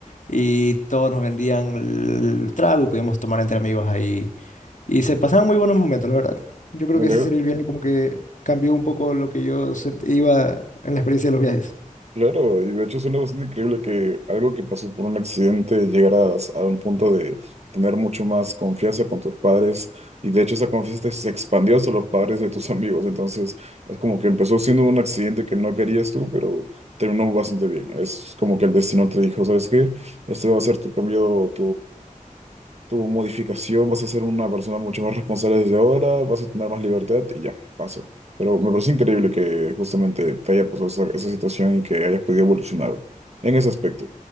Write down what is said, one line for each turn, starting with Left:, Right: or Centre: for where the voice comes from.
Left: y todos nos vendían el trago y podíamos tomar entre amigos ahí. Y se pasaban muy buenos momentos, la verdad. Yo creo
Right: Claro,
Left: que ese sería el viaje como que cambió un poco lo que yo sent- iba en la experiencia de los viajes.
Right: claro, y de hecho suena bastante increíble que algo que pasó por un accidente llegaras a un punto de tener mucho más confianza con tus padres y de hecho esa confianza te- se expandió hacia los padres de tus amigos, entonces es como que empezó siendo un accidente que no querías tú, pero terminó bastante bien. Es como que el destino te dijo, ¿sabes qué? Este va a ser tu cambio, tu modificación, vas a ser una persona mucho más responsable desde ahora, vas a tener más libertad y ya, paso. Pero me parece increíble que justamente te haya pasado esa, esa situación y que hayas podido evolucionar en ese aspecto.